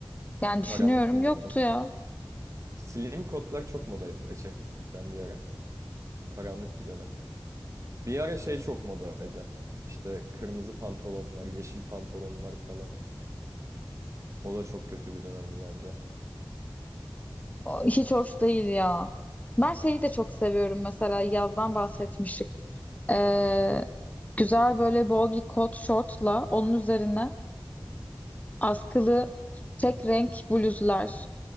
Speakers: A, on the left (about 20°); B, on the right (about 40°).
A: Yani
B: Karanlık
A: düşünüyorum
B: günlerde.
A: yoktu ya.
B: Slim kotlar çok modaydı gerçekten bir ara. Karanlık bir dönem. Bir ara şey çok modaydı. İşte kırmızı pantolonlar, yeşil pantolonlar falan. O da çok kötü bir dönemdi bence.
A: Hiç hoş değil ya. Ben şeyi de çok seviyorum mesela yazdan bahsetmiştik. Ee, güzel böyle bol bir kot şortla onun üzerine askılı tek renk bluzlar.